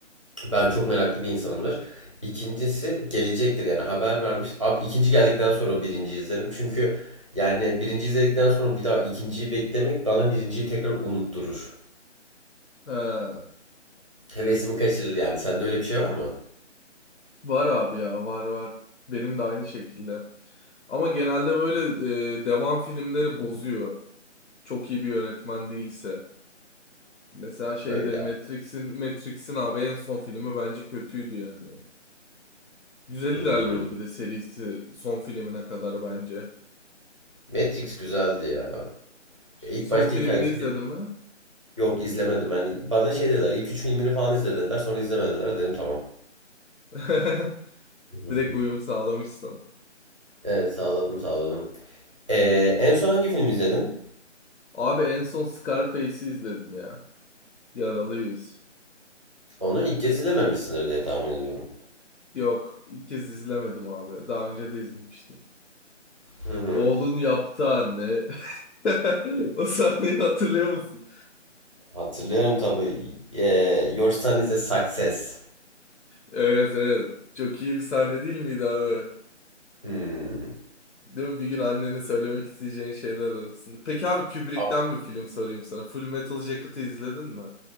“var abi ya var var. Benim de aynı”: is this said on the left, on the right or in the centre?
Left